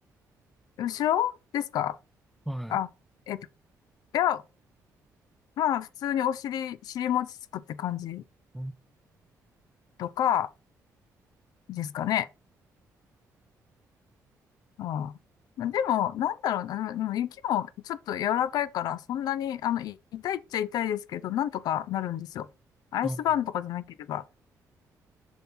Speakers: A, on the left (about 80°); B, in the centre.
A: 後ろですか
B: はい。
A: あ、えっと、いや、まあ、普通にお尻、尻餅つくって感じ
B: うん
A: とかですかね。ああ。までも、なんだろうな、でも雪もちょっと柔らかいから、そんなに、あの、い痛いっちゃ痛いですけど、なんとかなるんですよ。アイスバーンとかじゃなければ。
B: なんか、